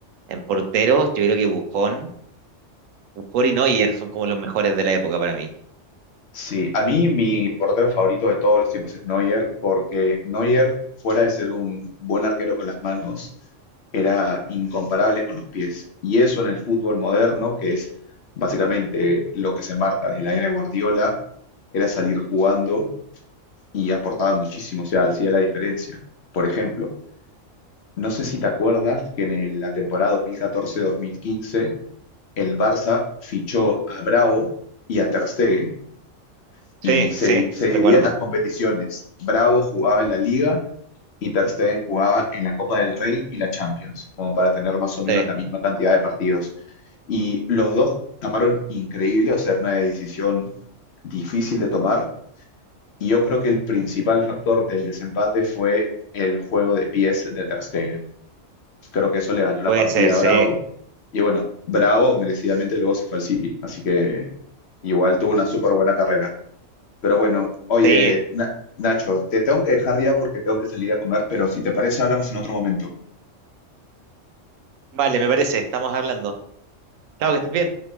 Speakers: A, on the right (about 85°); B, on the left (about 60°).
A: En porteros, yo creo que Buffon, Buffon y Neuer son como los mejores de la época para mí.
B: Sí, a mí mi portero favorito de todos los tiempos es Neuer, porque Neuer, fuera de ser un buen arquero con las manos, era incomparable con los pies. Y eso en el fútbol moderno, que es básicamente lo que se marca desde la era de Guardiola, era salir jugando y aportaba muchísimo, o sea, hacía la diferencia. Por ejemplo, No sé si te acuerdas que en el- la temporada 2014-2015 el Barça fichó a Bravo y a Ter Stegen
A: Sí,
B: y se,
A: sí,
B: di- se
A: sí,
B: dividían
A: recuerdo.
B: las competiciones. Bravo jugaba en la Liga y Ter Stegen jugaba en la Copa del Rey y la Champions, como para tener más o menos
A: Sí,
B: la misma cantidad de partidos. Y los dos taparon increíble, o sea, era una decisión difícil de tomar. Y yo creo que el principal factor del desempate fue el juego de pies de Ter Stegen. Creo que eso le ganó la
A: puede
B: partida
A: ser, sí,
B: a Bravo. Y bueno, Bravo merecidamente luego se fue al City, así que igual tuvo una súper buena carrera. Pero bueno, oye,
A: sí.
B: Na- Nacho, te tengo que dejar ya porque tengo que salir a comer, pero si te parece hablamos en otro momento.
A: Vale, me parece, estamos hablando. Chao, que estés bien.